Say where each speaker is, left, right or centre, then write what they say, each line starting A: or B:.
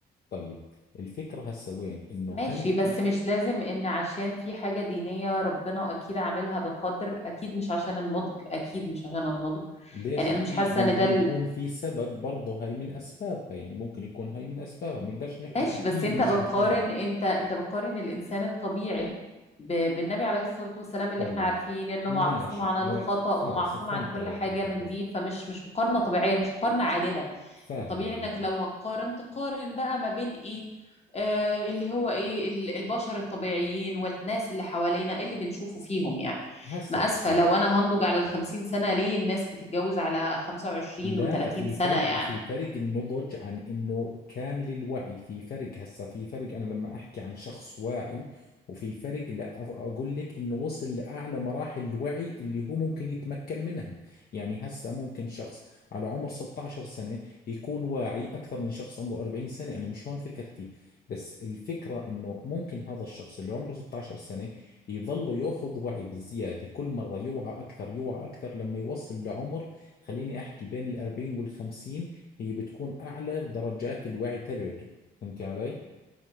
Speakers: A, on the left; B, on the left.
A: طيب الفكرة هسا وين إنه
B: ماشي
A: هل
B: بس مش لازم ان عشان في حاجة دينية ربنا اكيد عاملها بقدر اكيد مش عشان النضج اكيد مش عشان النضج
A: ليش
B: يعني
A: اكيد
B: انا مش حاسة
A: ممكن
B: ان ده
A: يكون في سبب برضه هاي من اسبابها يعني ممكن يكون هاي من اسبابها بنقدرش نحكي
B: ماشي بس
A: اكيد
B: انت
A: مش
B: بتقارن
A: عشان
B: انت انت بتقارن الانسان الطبيعي ب... بالنبي عليه الصلاة والسلام اللي
A: طيب
B: احنا عارفين انه
A: ماشي
B: معصوم عن الخطأ
A: يا خلص
B: ومعصوم
A: فهمت
B: عن كل
A: عليك
B: حاجة
A: الفكرة
B: من دي فمش مش مقارنة طبيعية مش مقارنة عادلة
A: فاهم
B: الطبيعي
A: عليك
B: انك لو هتقارن تقارن بقى ما بين ايه آه اللي هو ايه ال- البشر الطبيعيين والناس اللي حوالينا اللي بنشوفه فيهم يعني
A: هسه
B: ما
A: بحكي
B: اسفة لو
A: لك
B: انا هنضج على الخمسين سنة ليه الناس بتتجوز على خمسة وعشرين
A: لا
B: وتلاتين
A: في
B: سنة
A: فرق
B: يعني
A: في فرق النضج عن انه كامل الوعي في فرق هسه في فرق انا لما احكي عن شخص واعي وفي فرق لا أف- اقول لك انه وصل لاعلى مراحل الوعي اللي هو ممكن يتمكن منها يعني هسه ممكن شخص على عمر 16 سنة يكون واعي اكثر من شخص عمره 40 سنة انا مش هون فكرتي بس الفكرة انه ممكن هذا الشخص اللي عمره 16 سنة يظل ياخذ وعي بالزيادة كل مرة يوعى اكثر يوعى اكثر لما يوصل لعمر خليني احكي بين الأربعين والخمسين هي بتكون اعلى درجات الوعي تبعته فهمتي علي